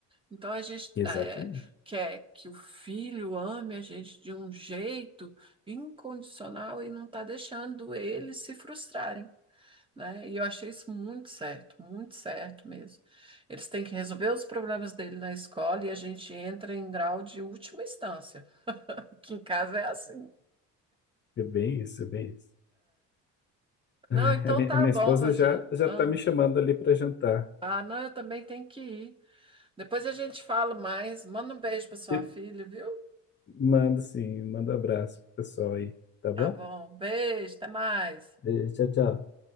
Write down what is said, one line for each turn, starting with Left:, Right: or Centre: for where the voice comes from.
Right: Então a gente
Left: Exatamente.
Right: eh, quer que o filho ame a gente de um jeito incondicional e não está deixando eles se frustrarem. Né? E eu achei isso muito certo, muito certo mesmo. Eles têm que resolver os problemas dele na escola e a gente entra em grau de última instância, que em casa é assim.
Left: É bem isso, é bem isso. A
Right: Não, então
Left: minha,
Right: tá
Left: a minha
Right: bom,
Left: esposa
Right: Rogério.
Left: já, já
Right: Ah,
Left: tá me chamando ali para jantar.
Right: ah, não, eu também tenho que ir. Depois a gente fala mais. Manda um beijo para sua
Left: Eu
Right: filha, viu?
Left: mando sim, mando abraço pro pessoal aí, tá bom?
Right: Tá bom. Beijo, até mais.
Left: Tchau, tchau.